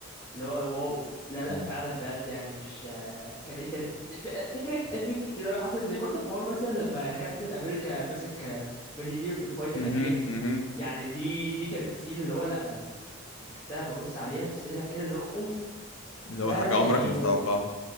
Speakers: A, on the left; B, on the left.
A: اللي هو واو لا لا
B: امم
A: فعلا بجد يعني مش آه، كان ايه، كانت في في حاجات ايبك كتير قوي حصلت زي برضه حوار مثلا لما كابتن امريكا مسك مليونير في الفايت
B: امم
A: الاخيره
B: امم
A: يعني دي دي كانت سين اللي هو لا انا انا شفتها ببص عليها في السينما كده اللي هو اوف
B: اللي هو
A: لا
B: حاجه
A: لا يعني
B: عمرك ما
A: و-
B: تتوقعها